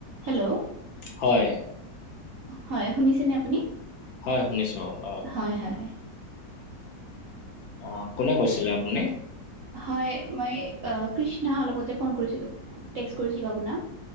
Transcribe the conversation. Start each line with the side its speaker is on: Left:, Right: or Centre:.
Right: Hello?
Left: হয়।
Right: হয়, শুনিছেনে আপুনি?
Left: হয় শুনিছোঁ, অ'।
Right: হয় - হয়।
Left: অ' কোনে কৈছিলে আপুনি?
Right: হয়, মই অ' কৃষ্ণা, অলপ আগতে ফোন কৰিছিলোঁ। টেকচ কৰিছিলোঁ আপোনাক।